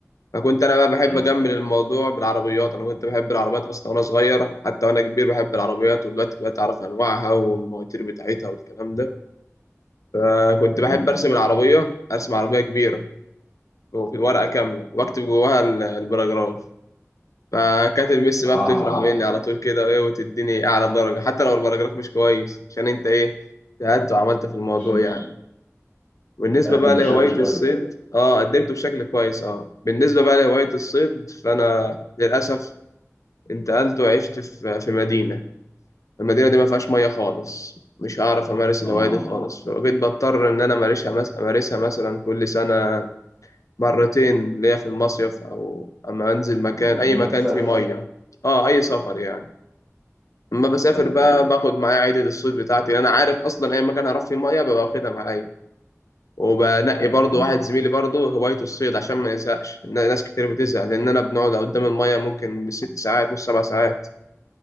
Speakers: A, on the left; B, on the left.
A: فكنت انا بقى بحب
B: ايوه
A: اجمل
B: ايوه
A: الموضوع بالعربيات انا كنت بحب العربيات اصلا وانا صغير حتى وانا كبير بحب العربيات ودلوقتي بقيت اعرف انواعها والمواتير بتاعتها والكلام ده فكنت
B: مهم.
A: بحب ارسم العربيه ارسم عربيه كبيره وفي الورقه كامله واكتب جواها ال- البراجراف فكانت المس بقى
B: اه
A: بتفرح
B: اه
A: مني على طول كده وايه وتديني اعلى درجه حتى لو البراجراف مش كويس عشان انت ايه اجتهدت وعملت في الموضوع
B: عشان
A: يعني بالنسبة
B: نتقدم
A: بقى لهواية
B: بشكل كويس
A: الصيد اه قدمته بشكل كويس اه بالنسبة بقى لهواية الصيد فأنا للأسف انتقلت وعشت في في مدينة المدينة دي ما فيهاش مية خالص مش هعرف أمارس الهواية
B: اه
A: دي خالص فبقيت بضطر إن أنا أمارسها مس- أمارسها مثلا كل سنة مرتين ليا في المصيف أو أما أنزل مكان
B: اه
A: أي
B: لما
A: مكان
B: تسافر
A: فيه مية أه أي سفر يعني أما بسافر
B: ايوه
A: بقى
B: ايوه
A: باخد معايا عدة الصيد بتاعتي أنا عارف أصلا أي مكان هروح فيه مية ببقى واخدها معايا وبنقي برضه
B: اه
A: واحد زميلي برضه هوايته الصيد عشان ما يزهقش إن ناس كتير بتزهق لأن أنا بنقعد قدام المية ممكن بالست ساعات والسبع ساعات